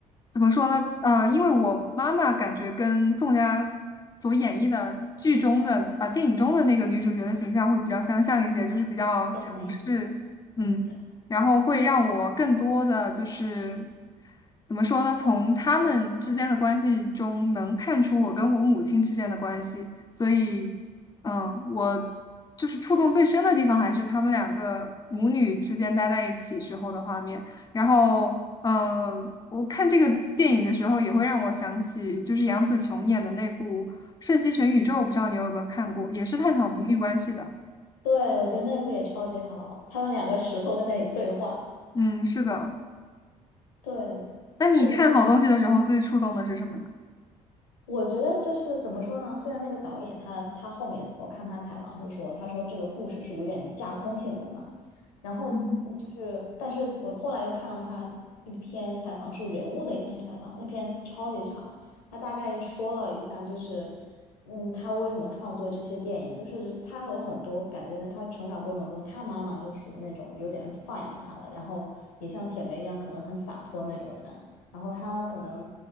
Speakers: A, on the left; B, on the left.
A: 怎么说呢？呃，因为我妈妈感觉跟宋佳所演绎的剧中的啊、电影中的那个女主角的形象会比较相像一些，就是比较强势。
B: 也没，
A: 嗯。
B: 嗯，
A: 然后会让我更多的就是怎么说呢？从他们之间的关系中能看出我跟我母亲之间的关系，所以，嗯，我就是触动最深的地方还是他们两个母女之间待在一起时候的画面。然后，呃，我看这个电影的时候也会让我想起，就是杨紫琼演的那部《瞬息全宇宙》，不知道你有没有看过，也是探讨母女关系的。
B: 对，我觉得那部也超级好，他们两个石头在那里对话。
A: 嗯，是的。
B: 对，
A: 那你看好东西的时候，
B: 那你。
A: 最触动的是什么呢？
B: 我觉得就是怎么说呢？虽然那个导演他他后面我看他采访是说，他说这个故事是有点架空性的嘛，然后嗯就是，
A: 嗯
B: 但是我后来又看了他一篇采访，是人物的一篇采访，那篇超级长，他大概说了一下，就是嗯，他为什么创作这些电影，就是他有很多感觉，他成长过程中，他妈妈就属于那种有点放养他了，然后也像铁梅一样，可能很洒脱那种人。然后他可能